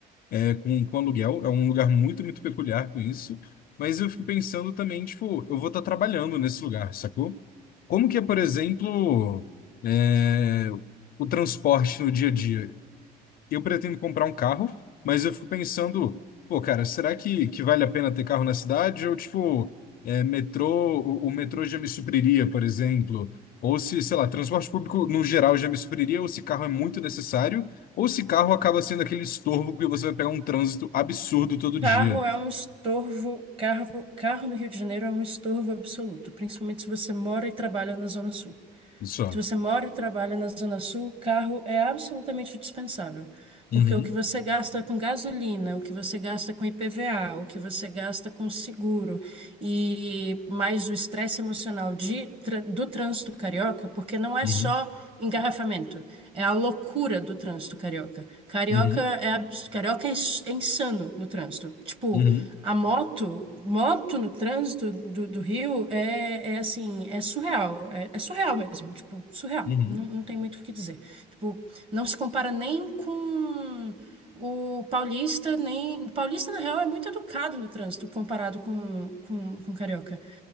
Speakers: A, on the left (about 60°); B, on the right (about 35°).
A: é, com, com aluguel. É um lugar muito, muito peculiar com isso. Mas eu fico pensando também, tipo, eu vou estar trabalhando nesse lugar, sacou? Como que é, por exemplo, é, o transporte no dia a dia? eu pretendo comprar um carro, mas eu fico pensando, pô, cara, será que, que vale a pena ter carro na cidade? Ou, tipo, é, metrô, o, o metrô já me supriria, por exemplo. Ou se, sei lá, transporte público no geral já me supriria, ou se carro é muito necessário, ou se carro acaba sendo aquele estorvo que você vai pegar um trânsito absurdo todo dia.
B: carro é um estorvo, carro, carro no Rio de Janeiro é um estorvo absoluto, principalmente se você mora e trabalha na Zona Sul.
A: Só.
B: Se você mora e trabalha na Zona Sul, carro é absolutamente dispensável, porque
A: Uhum,
B: o que você gasta com gasolina, o que você gasta com IPVA, o que você gasta com seguro e mais o estresse emocional de, tra- do trânsito carioca, porque não é
A: uhum,
B: só engarrafamento, é a loucura do trânsito carioca. Carioca
A: uhum,
B: é, abs- carioca é ins- é insano no trânsito. Tipo,
A: uhum,
B: a moto, moto no trânsito do, do Rio é, é assim, é surreal. É, é surreal mesmo, tipo, surreal.
A: uhum,
B: Não, não tem muito o que dizer. Tipo, não se compara nem com o paulista, nem... O paulista, na real, é muito educado no trânsito comparado com, com, com o carioca.